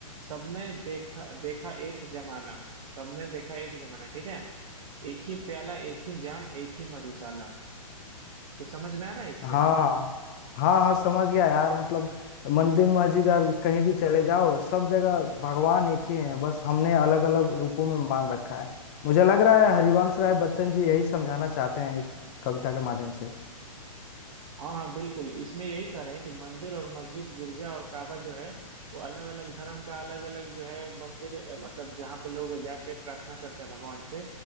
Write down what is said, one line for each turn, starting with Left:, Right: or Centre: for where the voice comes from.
Right: सब में देखा देखा एक जमाना सब में देखा एक जमाना ठीक है एक ही प्याला एक ही जाम एक ही मधुशाला कुछ समझ में आ रहा है इससे
Left: हाँ हाँ हाँ समझ गया यार मतलब मंदिर मस्जिद और कहीं भी चले जाओ सब जगह भगवान एक ही है बस हमने अलग अलग रूपों में मान रखा है मुझे लग रहा है हरिवंश राय बच्चन जी यही समझाना चाहते हैं एक कविता के माध्यम से
Right: हाँ हाँ बिल्कुल इसमें यही कह रहे हैं कि मंदिर और मस्जिद गिरजा और काबा जो है वो अलग अलग धर्म का अलग अलग जो है मंदिर अ, मतलब जहाँ पे लोग जाके प्रार्थना करते हैं भगवान से